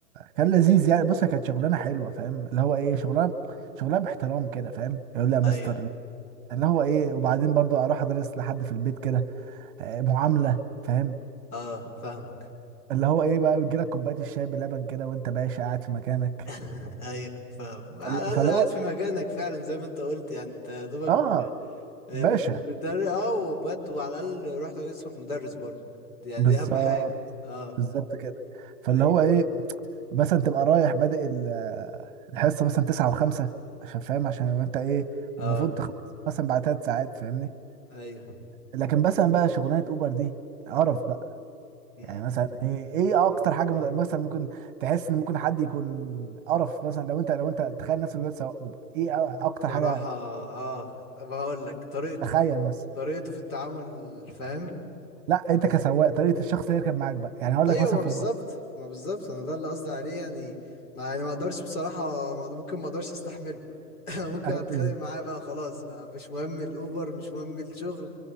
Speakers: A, on the right (about 30°); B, on the left (about 60°).
A: كان لذيذ يعني بص هي كانت شغلانه حلوه فاهم اللي هو ايه شغلانه شغلانه باحترام كده فاهم يقول لي يا مستر
B: ايوه
A: اللي هو ايه وبعدين برضو اروح ادرس لحد في البيت كده آه، معامله فاهم
B: اه فاهمك
A: اللي هو ايه بقى بيجي لك كوبايه الشاي بلبن كده وانت باشا قاعد في مكانك
B: <laughs> ايوه فاهم
A: فال-
B: على الاقل
A: فاللي
B: قاعد
A: هو
B: في مكانك فعلا زي ما انت قلت يعني انت يا دوبك
A: اه
B: آه،
A: باشا
B: بت- بتدرس اه وبجد وعلى الاقل رحت اسمك مدرس برضو دي يعني
A: بالظبط
B: دي اهم حاجه اه
A: بالظبط كده فاللي
B: ايوه
A: هو ايه مثلا تبقى رايح بادئ ال- الحصه مثلا تسعة وخمسة عشان فاهم عشان لو انت ايه
B: اه
A: المفروض تخلص مثلا بعد ثلاث ساعات فاهمني
B: ايوه
A: لكن مثلا بقى شغلانه اوبر دي قرف بقى
B: امم
A: يعني مثلا ايه ايه اكتر حاجه مد- مثلا ممكن تحس ان ممكن حد يكون قرف مثلا لو انت لو انت تخيل نفسك دلوقتي سواق اوبر ايه أ- اكتر
B: صراحه
A: حاجه
B: اه بقول لك طريقته
A: تخيل مثلا
B: طريقته في التعامل فاهم
A: لا انت كسواق طريقه الشخص اللي يركب معاك بقى يعني هقول
B: ايوه
A: لك مثلا
B: ما بالظبط
A: في مره
B: ما بالظبط انا ده اللي قصدي عليه يعني ما يعني ما اقدرش بصراحه ما- ممكن ما اقدرش استحمله <laughs> ممكن
A: أنا
B: اتخانق
A: بز-
B: معاه بقى خلاص بقى مش مهم الاوبر مش مهم الشغل